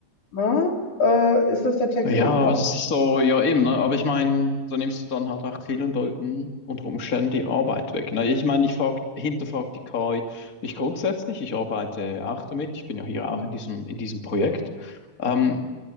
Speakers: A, on the left (about 90°); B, on the left (about 30°).
A: ne? Äh, ist das der Text,
B: Ja,
A: den ich
B: aber
A: brauche?
B: das ist so, ja eben, ne? Aber ich meine, da nimmst du dann halt auch vielen Leuten unter Umständen die Arbeit weg. Ne? Ich meine, ich frag, hinterfrag die KI nicht grundsätzlich, ich arbeite auch damit, ich bin ja hier
A: Ja,
B: auch in diesem, in diesem Projekt. Ähm,